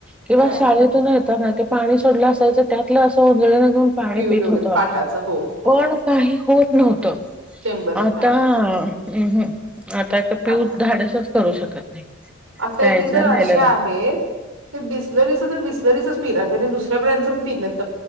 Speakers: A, in the centre; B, on the right.
A: किंवा
B: हा
A: शाळेतून येताना ते पाणी सोडल असायच त्यातल असो. जळ घऊन पाणी
B: पिवळ
A: पेत
B: वगैरे
A: होतो
B: पाटाचं
A: आम्ही
B: हो हो
A: पण काही होत नव्हत.
B: चेंबरचं
A: आता
B: पाणी
A: हम् हम् आता पिऊ
B: आता
A: धाडसच करू शकत नाही.
B: आता
A: प्यायचं
B: एक एक जण अशा
A: राहिलेला
B: आहेत बिसलरी सुद्धा रीच प त्या दुऱ्या ब्रँडच प